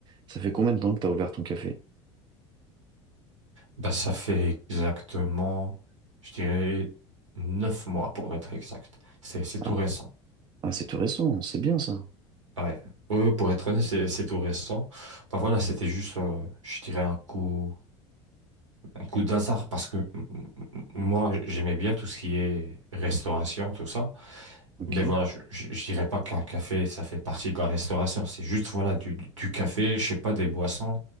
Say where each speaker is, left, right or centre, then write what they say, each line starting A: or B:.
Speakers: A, on the right (about 30°); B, on the right (about 80°).
A: ça fait combien de temps que t'as ouvert ton café?
B: Bah, ça fait exactement, je dirais, neuf mois pour être exact. C'est, c'est tout
A: Ah,
B: récent.
A: ah, c'est tout récent. C'est bien, ça.
B: Ouais. Ouais, pour être honnête, c'est c'est tout récent. Bah voilà, c'était juste, euh, je dirais, un coup, un coup d'hasard parce que m- m- moi, j'aimais bien tout ce qui est restauration, tout ça.
A: Ok.
B: Mais voilà, je, je, je dirais pas qu'un café, ça fait partie de la restauration. C'est juste, voilà, du, du du café, je sais pas, des boissons,